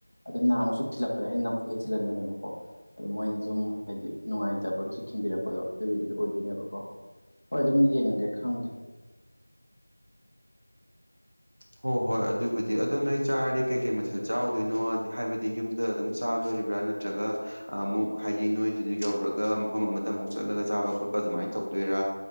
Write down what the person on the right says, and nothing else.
ꯍꯣꯏ ꯍꯣꯏ ꯑꯗꯨꯕꯨꯗꯤ ꯑꯗꯣ ꯅꯣꯏ ꯆꯥꯔꯗꯤ ꯀꯩꯀꯩ ꯃꯊꯦꯜ ꯆꯥꯎꯗꯣꯏꯅꯣ ꯍꯥꯏꯕꯗꯤ ꯌꯨꯝꯗ ꯑꯗꯨꯝ ꯆꯥꯗꯣꯔꯤꯕ꯭ꯔꯥ ꯅꯠꯇ꯭ꯔꯒ ꯑꯃꯨꯛ ꯍꯥꯏꯗꯤ ꯅꯣꯏꯗꯨꯗ ꯌꯧꯔꯒ ꯃꯐꯝ ꯑꯃꯗ ꯑꯃꯨꯛ ꯆꯠꯂꯒ ꯆꯥꯕ ꯈꯣꯠꯄ ꯑꯗꯨꯃꯥꯏꯅ ꯇꯧꯗꯣꯏꯔꯥ